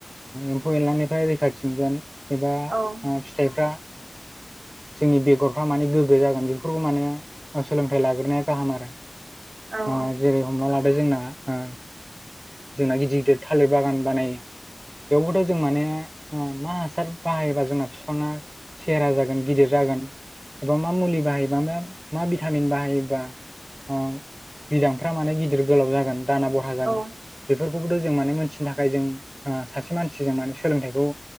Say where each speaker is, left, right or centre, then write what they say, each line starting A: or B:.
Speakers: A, on the right; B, on the right.
A: एम्फौ एनलानिफ्राय रैखाथिमोनगोन एबा
B: औ औ
A: ओ फिथाइफ्रा जोंनि बेगरफ्रा माने गोग्गो जागोन बेखौ माने ओ सोलोंथाइ लाग्रोनाया गाहाम आरो
B: औ नंगौ
A: ओ जेरै हमना लादो जोंना ओ जोंना गिदिर गिदिर थालिर बागान बानायो। बेवबोथ' जों माने ओ मा हासार बाहायोबा जोंना फिफाङा सेहेरा जागोन गिदिर जागोन एबा मा मुलि बाहायोबा मा मा भिटामिन बाहायो ओ बिदांफ्रा माने गिदिर गोलाव जागोन दाना बरहा
B: नोंथां
A: जागोन बेफोरखौबोथ' जों माने मोनथिनो थाखाय जों ओ सासे मानसिजों माने सोलोंथाइखौ